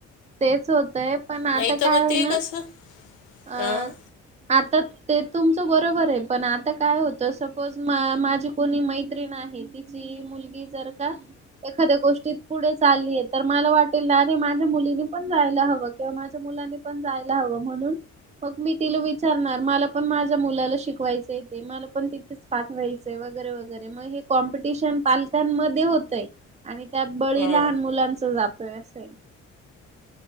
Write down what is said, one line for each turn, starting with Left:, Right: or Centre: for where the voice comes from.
Right: तेच होतंय पण आता
Left: नाही
Right: काय
Left: तर मग
Right: होईना
Left: ते कसं
Right: अ
Left: अं,
Right: आता. ते तुमचं बरोबर आहे पण आता काय होतं सपोज माझी कोणी मैत्रीण आहे. तिची मुलगी जर का. एखाद्या गोष्टीत पुढे चाललीय तर मला वाटेल ना अरे माझ्या मुलीनी पण जायला हवं किंवा माझ्या मुलानी. पण जायला हवं म्हणून. मग मी तिला विचारणार मला पण माझ्या मुलाला शिकवायचं येते मला पण तिथे. पाठवा्हायच वगैरे वगैरे मग हे. कॉम्पिटिशन पालकांमध्ये होतय आणि त्यात बळी
Left: हं.
Right: लहान मुलांच जातय असंय.